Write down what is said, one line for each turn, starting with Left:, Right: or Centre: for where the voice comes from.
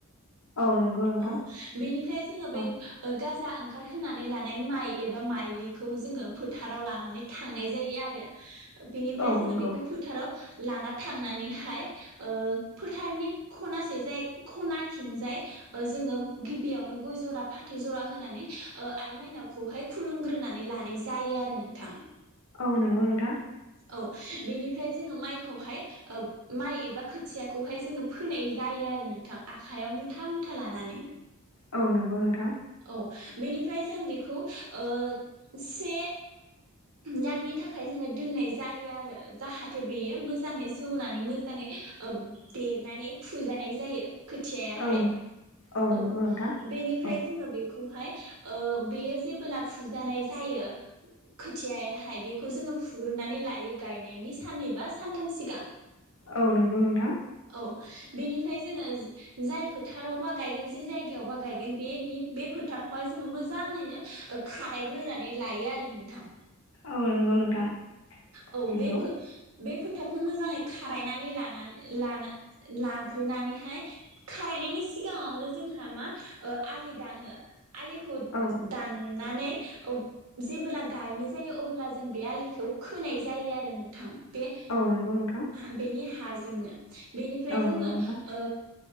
Left: औ नंगौ नोंथां
Right: औ बेनिफ्राय जोङो
Left: औ
Right: बे गा जा ओंखारहोनानै लानाय माइ एबा माइलिखौ जोंङो फोथाराव लानानै थांनाय जायो आरो। बिनिफ्राय
Left: औ
Right: जोंङो
Left: नंगौ
Right: बेखौ फोथाराव लाना थांनानैहाय ओ फोथारनि खनासे जाय खना खिंजाय जोंङो गिबियावनो गय जरा फाथै जरा होनानै ओ आइ माइनावखौहाय खुलुमग्रोनानै लानाय जायो आरो नोंथां।
Left: औ नंगौ नोंथां।
Right: औ बेनिफ्राय जोंङो माइखौहाय ओ माइ एबा खोथियाखौहाय जोंङो फोनाय जायो आरो नोंथां आखायाव मुथा मुथा लानानै।
Left: औ नंगौ नोंथां।
Right: औ बेनिफ्राय जों बेखौ ओ से दाननि था खाय जोंङो दोननाय जायो आरो जाहाथे बेयो मोजांङै जौनानै मोजांङै ओ बेरनानै फुजानाय जायो। खोथियायाहाय
Left: औ नंगौ
Right: औ
Left: नोंथां
Right: बेनिफ्राय
Left: औ
Right: जोंङो बेखौहाय ओ बेयो जेबोला फुजानाय जायो खोथियायाहाय बेखौ जोंङो फुग्रोननानै लायो गायनायनि साननै बा सानथाम सिगां
Left: औ नंगौ नोंथां।
Right: औ बेनिफ्राय जोंङो जो जाय फोथाराव बा गायगोन जि जायगायावबा गायगोन बे निद बे फोथारखौहाय जोंङो मोजांङैनो खारायग्रोनानै लायो आरो नोंथां।
Left: औ नंगौ नोंथां।
Right: औ
Left: नंगौ
Right: बे फो बे फो थारखौ मोजांङै खारायनानै लानानै लानो लाग्रोनानैहाय खारायनायनि सिगांङावनो जोंहा मा आलि दानो। आलिखौ
Left: औ
Right: दान नानै ओ जेबोब्ला गायनो जायो अब्ला जों बे आलिखौ खोनाय जायो आरो नोंथां। बेह
Left: औ नंगौ नोंथां
Right: हा बेनि हा हाजोंनो बेनिफ्राय
Left: औ
Right: जोंङो
Left: नंगौ नोंथां
Right: ओ